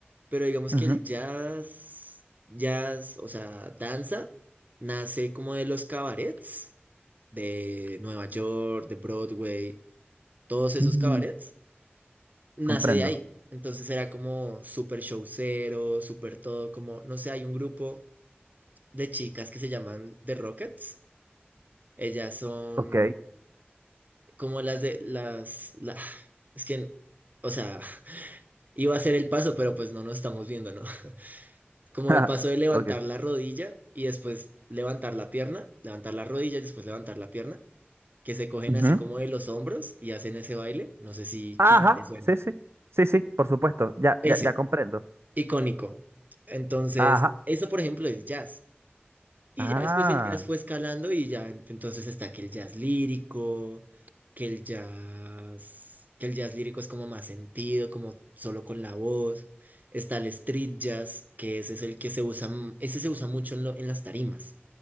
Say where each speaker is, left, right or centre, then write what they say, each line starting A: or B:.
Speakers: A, on the right; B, on the right.
A: pero digamos
B: ujú,
A: que el jazz, jazz, o sea, danza, nace como de los cabarets de Nueva York, de Broadway, todos esos
B: mm,
A: cabarets nace
B: Comprendo.
A: de ahí. Entonces era como súper showcero, súper todo, como, no sé, hay un grupo de chicas que se llaman The Rockets. Ellas son
B: Ok,
A: como las de las... la- <sighs> es que, o sea, <laughs> iba a ser el paso, pero pues no nos estamos viendo, ¿no? <laughs> Como
B: <laughs>
A: el paso de levantar
B: ok.
A: la rodilla y después levantar la pierna, levantar la rodilla y después levantar la pierna, que se cogen
B: ujú.
A: así como de los hombros y hacen ese baile. No sé si
B: Ajá,
A: quizá te suene.
B: sí, sí, sí, sí, por supuesto, ya,
A: Ese.
B: ya, ya comprendo.
A: icónico. Entonces,
B: Ajá,
A: eso, por ejemplo, es jazz. Y
B: ah,
A: ya después el jazz fue escalando y ya en- entonces está que el jazz lírico, que el jazz, que el jazz lírico es como más sentido, como solo con la voz. Está el street jazz, que ese es el que se usa, m- ese se usa mucho en, lo- en las tarimas.